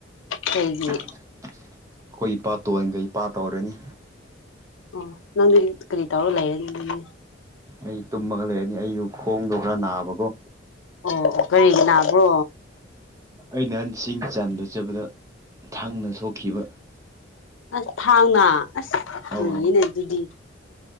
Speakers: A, on the left; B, on the right.
A: ꯀꯩꯒꯤ
B: ꯑꯩꯈꯣꯏ ꯏꯄꯥ ꯇꯣꯑꯦꯟꯒꯩ ꯏꯄꯥ ꯇꯧꯔꯅꯤ
A: ꯑꯣ ꯅꯪꯗꯤ ꯀꯔꯤ ꯇꯧꯔꯒ ꯂꯩꯔꯦꯅꯤ ꯑꯗꯨꯗꯤ
B: ꯑꯩ ꯇꯨꯝꯃꯒ ꯂꯩꯔꯅꯤ ꯑꯩꯖꯨ ꯈꯣꯡꯗꯣ ꯈ꯭ꯔꯥ ꯅꯥꯕꯀꯣ
A: ꯑꯣ ꯑꯣ ꯀꯔꯤꯒꯤ ꯅꯥꯕ꯭ꯔꯣ
B: ꯑꯩ ꯅꯍꯥꯟꯁꯤꯡ ꯆꯥꯟꯕ ꯆꯠꯕꯗ ꯊꯥꯡꯅ ꯁꯣꯛꯈꯤꯕ
A: ꯑꯁ ꯊꯥꯡꯅ ꯑꯁ ꯀꯤꯌꯦꯅꯦ
B: ꯑꯧ
A: ꯑꯗꯨꯗꯤ